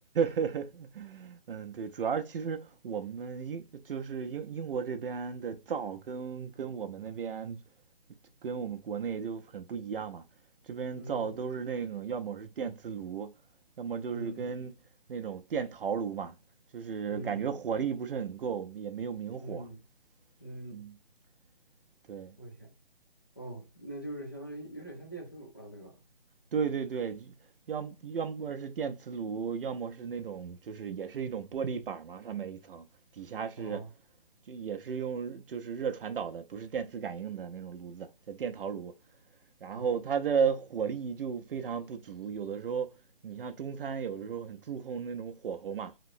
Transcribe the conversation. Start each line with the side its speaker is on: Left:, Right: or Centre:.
Right: <laughs> 嗯对，主要其实我们英就是英英国这边的灶跟跟我们那边跟我们国内就很不一样嘛。这边造都是那种，
Left: 嗯
Right: 要么是电磁炉，要么就是跟那种电陶炉嘛，
Left: 嗯
Right: 就是感觉火力不是很够，
Left: 嗯
Right: 也没有明火。
Left: 嗯嗯，
Right: 嗯，对，
Left: 我天，哦，那就是相当于有点像电磁炉了，对吧？
Right: 对对对，要要么是电磁炉，要么是那种就是也是一种玻璃板嘛，上面一层，底下是
Left: 啊，
Right: 就也是用就是热传导的，不是电磁感应的那种炉子，叫电陶炉。然后它的火力就非常不足，
Left: 哎呦，
Right: 有的时候你像中餐，有的时候很注重那种火候嘛，